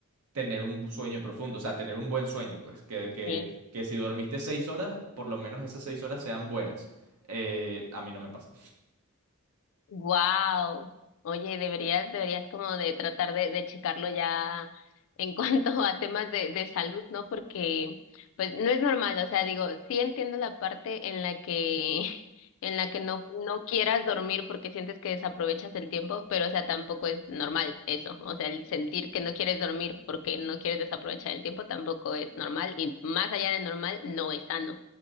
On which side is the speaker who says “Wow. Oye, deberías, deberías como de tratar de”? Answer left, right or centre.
Left